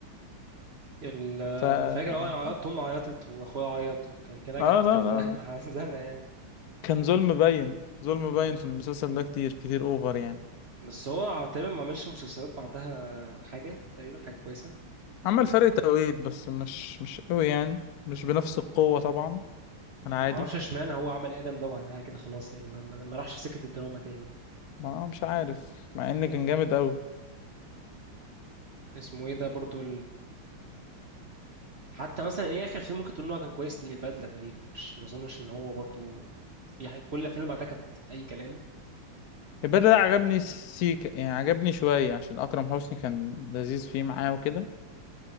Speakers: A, on the right (about 70°); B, on the left (about 85°).
A: ال...
B: ف اه
A: انا فاكر اه انا عيطت امي عيطت واخويا عيط وكان كان
B: لا
A: كانت
B: لا
A: كانت
B: لا
A: <laughs> محزنه يعني
B: كان ظلم باين ظلم باين في المسلسل ده كتير كتير اوفر يعني
A: بس هو تقريبا ما عملش مسلسلات بعدها حاجه تقريبا حاجه كويسه
B: عمل فرق توقيت بس مش مش قوي يعني مش بنفس القوة طبعا انا
A: ما
B: عادي
A: اعرفش اشمعنى هو عمل ادم ده وبعدها كده خلاص يعني ما, ما ما راحش في سكه الدراما تاني
B: ما مش عارف مع ان كان جامد قوي
A: اسمه ايه ده برضو حتى مثلا ايه اخر فيلم ممكن تقول ان هو كان كويس ليه البدله تقريبا مش ما اظنش ان هو برضو في حاجة. كل الافلام اللي بعدها كانت اي كلام
B: البدل ده عجبني سيكا يعني عجبني شوية عشان اكرم حسني كان لذيذ فيه معاه وكده